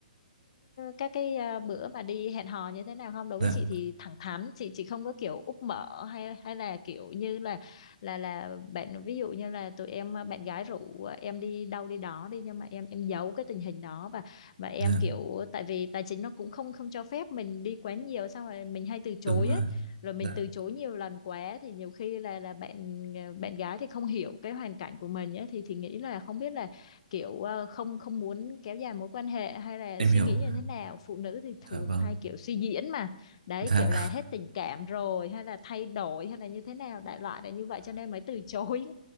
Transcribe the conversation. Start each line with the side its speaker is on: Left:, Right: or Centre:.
Left: các cái ờ, bữa mà đi hẹn hò như thế nào không đối
Right: dạ
Left: với chị thì thẳng thắn chị chị không có kiểu úp mở hay hay là kiểu như là là là bạn ví dụ như là tụi em ờ, bạn gái rủ ờ, em đi đâu đi đó đi nhưng mà em em giấu cái tình hình đó và và em
Right: dạ
Left: kiểu tại vì tài chính nó cũng không không cho phép mình đi quá nhiều xong rồi mình hay từ chối
Right: đúng rồi
Left: ấy rồi mình
Right: dạ
Left: từ chối nhiều lần quá thì nhiều khi là là bạn ờ, bạn gái thì không hiểu cái hoàn cảnh của mình ấy thì thì nghĩ là không biết là kiểu ờ, không không muốn kéo dài mối quan hệ hay là
Right: em
Left: suy
Right: hiểu
Left: nghĩ như thế nào phụ nữ thì thường
Right: dạ vâng
Left: hay kiểu suy diễn mà đấy
Right: dạ
Left: kiểu là hết tình cảm rồi hay là thay đổi hay là như thế nào đại loại là như vậy cho nên mới từ chối